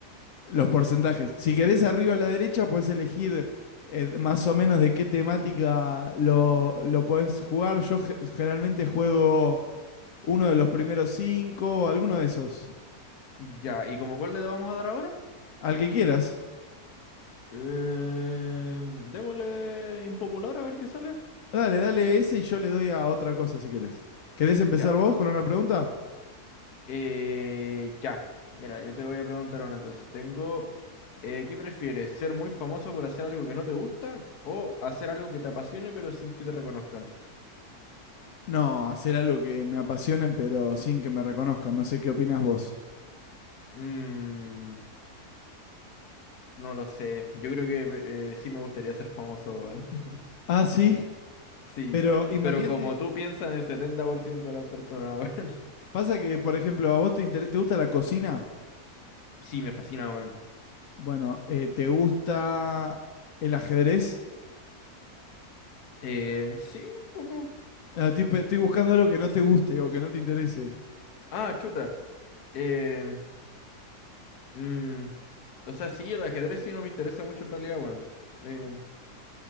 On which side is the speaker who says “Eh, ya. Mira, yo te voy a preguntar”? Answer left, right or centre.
Left